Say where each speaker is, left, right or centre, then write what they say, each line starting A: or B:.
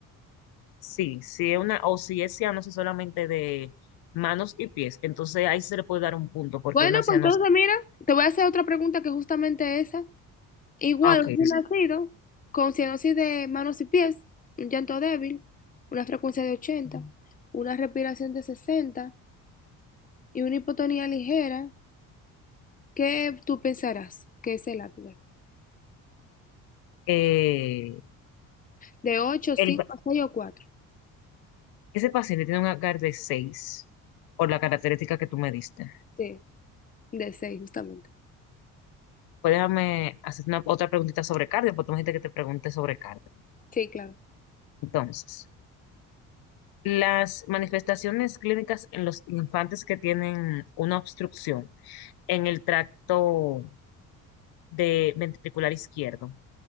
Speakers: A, on the left; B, on the left.
A: Sí, si es una, o si es cianosis solamente de manos y pies, entonces ahí se le puede dar un punto porque
B: Bueno,
A: una cianosis.
B: pues entonces mira, te voy a hacer otra pregunta que justamente esa. Igual,
A: Ah, ok.
B: un recién
A: dime.
B: nacido con cianosis de manos y pies, un llanto débil, una frecuencia de ochenta una respiración de 60 y una hipotonía ligera, ¿qué tú pensarás que es el Apgar?
A: Eh,
B: De 8, 5,
A: el
B: 6 o cuatro
A: ese paciente tiene un Apgar de 6 por la característica que tú me diste.
B: Sí, de 6 justamente.
A: Pues déjame hacer una, otra preguntita sobre cardio, porque tú me dijiste que te pregunte sobre cardio.
B: Sí, claro.
A: Entonces. Las manifestaciones clínicas en los infantes que tienen una obstrucción en el tracto de ventricular izquierdo,